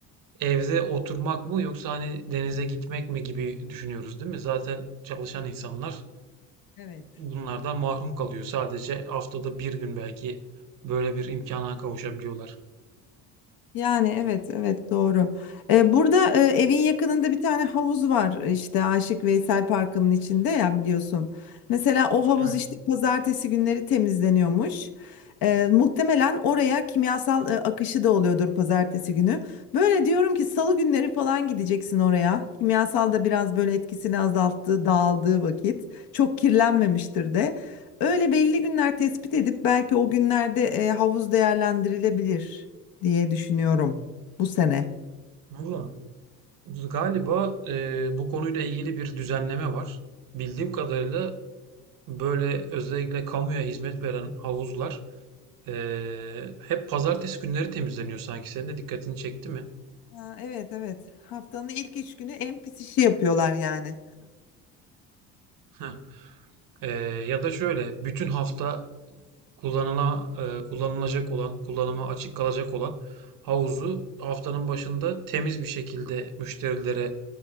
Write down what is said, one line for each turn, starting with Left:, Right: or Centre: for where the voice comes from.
Right: evde oturmak mı yoksa hani denize gitmek mi gibi düşünüyoruz değil mi? Zaten çalışan insanlar
Left: Evet.
Right: bunlardan mahrum kalıyor. Sadece haftada bir gün belki böyle bir imkana kavuşabiliyorlar.
Left: Yani evet evet doğru. Ee, burada e, evin yakınında bir tane havuz var işte Aşık Veysel Parkı'nın içinde ya biliyorsun. Mesela o havuz
Right: Evet.
Left: işte pazartesi günleri temizleniyormuş. Ee, muhtemelen oraya kimyasal e, akışı da oluyordur pazartesi günü. Böyle diyorum ki salı günleri falan gideceksin oraya. Kimyasal da biraz böyle etkisini azalttığı, dağıldığı vakit. Çok kirlenmemiştir de. Öyle belli günler tespit edip belki o günlerde e, havuz değerlendirilebilir diye düşünüyorum bu sene.
Right: Valla galiba e, bu konuyla ilgili bir düzenleme var. Bildiğim kadarıyla böyle özellikle kamuya hizmet veren havuzlar Ee, hep pazartesi günleri temizleniyor sanki. Senin de dikkatini çekti mi?
Left: Ha, evet evet. Haftanın ilk üç günü en pis işi yapıyorlar yani.
Right: Heh. Ee, ya da şöyle bütün hafta kullanıla, e, kullanılacak olan, kullanıma açık kalacak olan havuzu haftanın başında temiz bir şekilde müşterilere